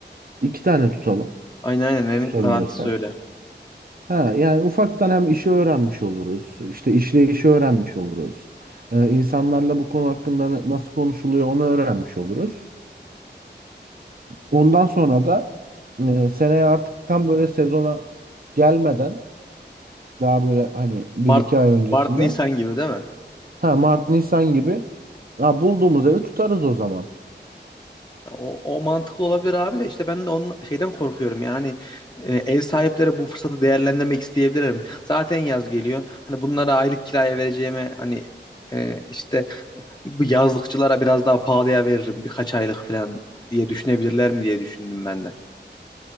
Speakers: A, on the right (about 55°); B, on the left (about 25°).
A: 2 tane tutalım
B: Aynen aynen
A: tutabiliyorsak.
B: en garantisi öyle.
A: Ha, yani ufaktan hem işi öğrenmiş oluruz. işte işleyişi öğrenmiş oluruz. Ee, insanlarla bu konu hakkında na- nasıl konuşuluyor onu öğrenmiş oluruz. Ondan sonra da e, seneye artık tam böyle sezona gelmeden daha böyle hani bir
B: Mart
A: iki ay öncesinden
B: Mart Nisan gibi değil mi?
A: Ha Mart Nisan gibi. Ha, bulduğumuz evi tutarız o zaman.
B: Ya O, o mantıklı olabilir abi de işte ben de onun şeyden korkuyorum yani e, ev sahipleri bu fırsatı değerlendirmek isteyebilirler mi? Zaten yaz geliyor. Hani bunlara aylık kiraya vereceğime hani e, işte bu yazlıkçılara biraz daha pahalıya veririm birkaç aylık falan diye düşünebilirler mi diye düşündüm ben de.